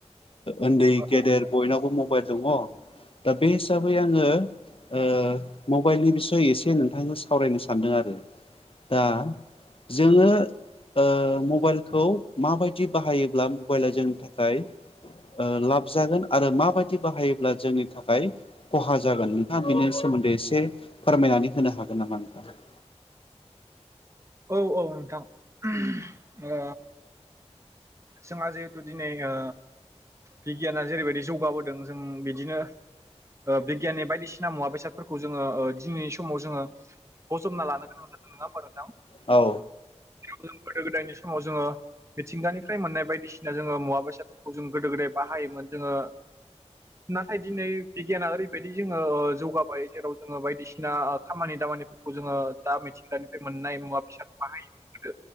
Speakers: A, on the left; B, on the right.
A: उन्दै
B: औ
A: गेदेर बयनावबो म <unintelligible> दा बे हिसाबै आङो। ओ मबाइलनि बिसय एसे नोंथांनो सावरायनो सानदों आरो दा जोङो ओ मबाइलखौ माबायदि बाहायोब्ला मबाइल जोंनि थाखाय ओ लाब जागोन आरो माबायदि बाहायोब्ला जोंनि थाखाय खहा जागोन नोंथाङा बेनि सो मोन्दै एसे फारमायनानै होनो हागोन नामा नोंथां <inaudible>
B: औ औ नोंथां <unintelligible> ओ जोंहा जिहेथु दिनै ओ बिगियाना जेरैबायदि जौगाबोदों जों बिदिनो ओ बिगियाननि बायदिसिना मुवा बेसाद फोरखौ जोङो दिनैनि समाव जोङो बजबना लानो गोनां जादों नङा होमबा नोंथां
A: औ
B: जों गोदो गोदायनि समाव जोङो मिथिंगानि फ्राइ मोननाय बायदिसिना जोङो मुवा बेसादफोरखौ जों गोदो गोदाय बाहायोमोन जोङो नाथाय दिनै बिगियाना ओरैबायदि जोङो जौगाबाय जेराव जोङो बायदिसिना खामानि दा खामानिफोरखौ जोङो दा मिथिगानिफ्राय मोननाय मुवा बेसादखौ बाहायो होदो